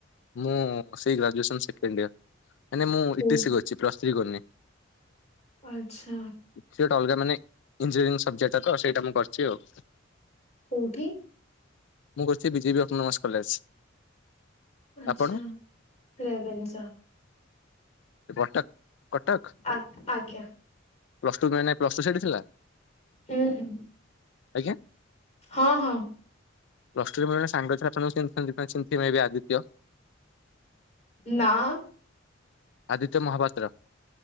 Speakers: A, on the left; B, on the left.
A: ମୁଁ ସେଇ ଗ୍ରାଜୁଏସନ ସେକେଣ୍ଡିୟର ମାନେ ମୁଁ
B: କୋଉ
A: ଇଟିସ କରିଛି ପ୍ଲସ ଥ୍ରି କରନି।
B: ଆଚ୍ଛା।
A: ସେ ଗୋଟେ ଅଲଗା ମାନେ ଇଞ୍ଜିନିୟରିଂ ସବଜେକ୍ଟା ତ ସେଇଟା ମୁଁ କରିଛି ଆଉ।
B: କୋଉଠି?
A: ମୁଁ କରିଛି B J B autonomous college.
B: ଆଛା,
A: ଆପଣ
B: ରେଭେନ୍ସା।
A: କଟକ କଟକ
B: ଆ ଆଜ୍ଞା।
A: ପ୍ଲସଟୁ ନାଇଁ ନାଇଁ ପ୍ଲସଟୁ ସେଇଠି ଥିଲା?
B: ହୁଁ
A: ଆଜ୍ଞା
B: ହଁ ହଁ।
A: <unintelligible>
B: ନା।
A: ଆଦିତ୍ୟ ମହାପାତ୍ର।